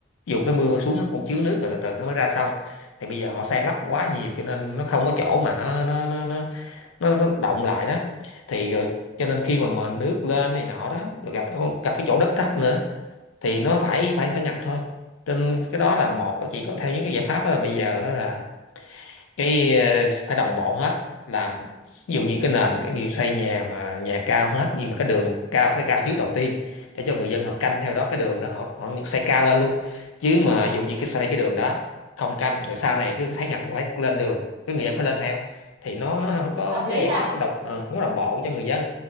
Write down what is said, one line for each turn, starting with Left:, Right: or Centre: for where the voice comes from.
Left: ví dụ cái mưa xuống nó cũng chứa nước rồi từ từ nó mới ra sông thì bây giờ họ san lấp quá nhiều cho nên nó không có chỗ mà nó nó nó nó nó, nó động lại đó thì rồi cho nên khi mà mà nước lên này nọ đó rồi gặp con- gặp cái chỗ đất thấp nữa thì nó phải phải phải ngập thôi trên cái đó là một chỉ có theo những cái giải pháp đó là bây giờ đó là cái ờ, phải đồng bộ hết làm ví dụ như cái nền ví dụ xây nhà mà nhà cao hết nhưng mà cái đường cao phải cao trước đầu tiên để cho người dân họ canh theo đó cái đường đó họ họ xây cao lên luôn chứ mà ví dụ như cái xây cái đường đó không canh rồi sau này cứ thấy ngập phải lên đường cái người dân phải lên theo thì nó nó không có
Right: hợp lý
Left: có giải
Right: ha
Left: pháp đồng ờ, không có đồng bộ cho người dân